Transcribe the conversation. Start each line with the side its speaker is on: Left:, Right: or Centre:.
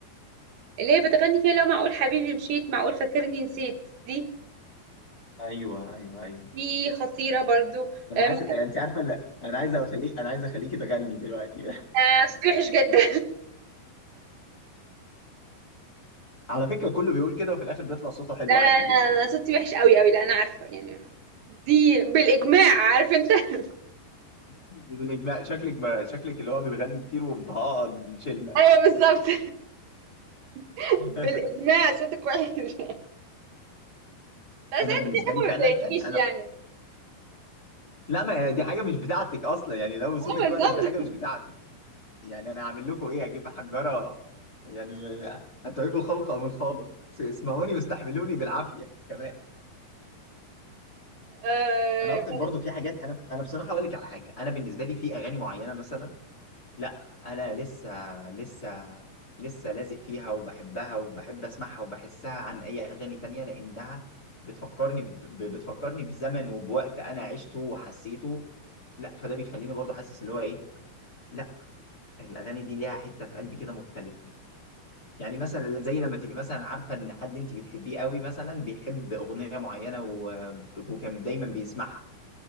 Right: اللي هي بتغني فيها لو معقول حبيبي مشيت معقول فاكرني نسيت دي
Left: ايوه ايوه ايوه
Right: دي خطيرة برضو
Left: انا
Right: أم،
Left: حاسس انت عارفه لا انا عايز اخليك انا عايز اخليكي تغني دلوقتي <laughs>
Right: ما تستوحش جدا
Left: على فكره كله بيقول كده وفي الاخر بيطلع صوته حلو
Right: لا
Left: عادي
Right: لا لا
Left: جدا
Right: أنا صوتي وحش قوي قوي لا انا عارفه يعني دي بالاجماع عارف انت <laughs>
Left: بالاجماع شكلك ب... شكلك اللي هو بتغني كتير ومطهقه الشله
Right: ايوه بالظبط <laughs>
Left: <laughs>
Right: بالاجماع صوتك وحش <laughs> لا
Left: انا
Right: بس
Left: بالنسبه
Right: انت دي حاجه
Left: لي فعلا
Right: ما بتضايقنيش
Left: يعني انا
Right: يعني
Left: لا ما هي دي حاجه مش بتاعتك اصلا يعني لو صوتك
Right: اه بالظبط
Left: وحش دي حاجه مش بتاعتك يعني انا هعمل لكم ايه هجيب حجره يعني هتعيب الخلق ام الخالق اسمعوني واستحملوني بالعافيه كمان
Right: آه
Left: انا اكتر
Right: ب-
Left: برضو في حاجات انا انا بصراحه اقول لك على حاجه انا بالنسبه لي في اغاني معينه مثلا لا انا لسه لسه لسه لازق فيها وبحبها وبحب اسمعها وبحسها عن اي اغاني تانية لانها بتفكرني ب... ب- بتفكرني بزمن وبوقت انا عشته وحسيته لا فده بيخليني برضو حاسس اللي هو ايه لا الاغاني دي ليها حته في قلبي كده مختلفه يعني مثلا زي لما تبقى مثلا عارفه ان حد انت بتحبيه قوي مثلا بيحب اغنيه معينه و... وكان دايما بيسمعها